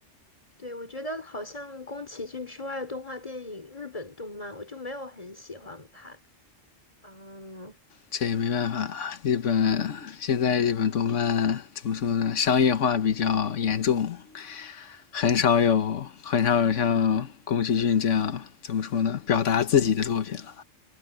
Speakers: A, on the left; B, on the left.
A: 对，我觉得好像宫崎骏之外的动画电影，日本动漫我就没有很喜欢看。嗯，
B: 这也没办法，日本现在日本动漫怎么说呢？商业化比较严重，很少有很少有像宫崎骏这样怎么说呢？表达自己的作品了。